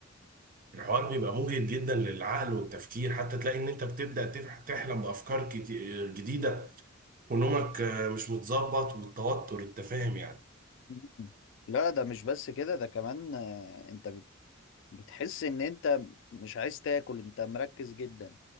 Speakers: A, on the right; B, on the left.
A: فالحوار بيبقى مجهد جدا للعقل والتفكير حتى تلاقي ان انت بتبدأ تف- تحلم بأفكار كتي- جديدة ونومك آه، مش متظبط والتوتر انت فاهم يعني
B: مم. لا ده مش بس كده ده كمان آه، انت بت- بتحس ان انت مش عايز تاكل انت مركز جدا